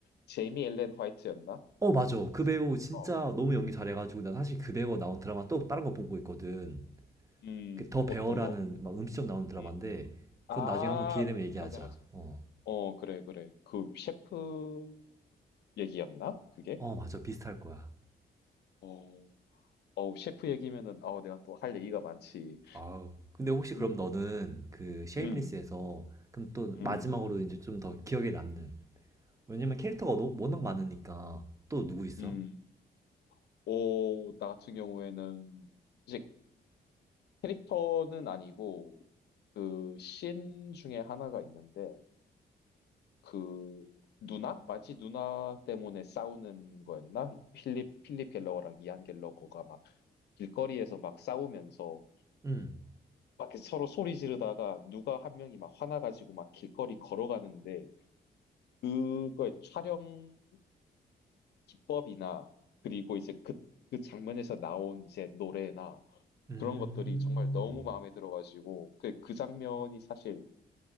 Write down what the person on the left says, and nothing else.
제이미 엘렌 화이트였나?
제-
어.
음.
음.
음,
어떤 거?
음. 아,
맞아 맞아.
어, 그래 그래. 그 셰프 얘기였나? 그게?
어. 어우, 셰프 얘기면은 아우 내가 또 할 얘기가 많지.
음.
음.
음.
음. 오, 나 같은 경우에는 이제 캐릭터는 아니고 그씬 중에 하나가 있는데 그 누나? 마치 누나 때문에 싸우는 거였나? 필립 필립 갤러거랑 이안 갤러거가 막 길거리에서 막 싸우면서
막 이렇게 서로 소리 지르다가 누가 한 명이 막 화나가지고 막 길거리 걸어가는데 그거의 촬영 기법이나 그리고 이제 그, 그 장면에서 나온 이제 노래나
그런 것들이 정말 너무 마음에 들어가지고 그, 그 장면이 사실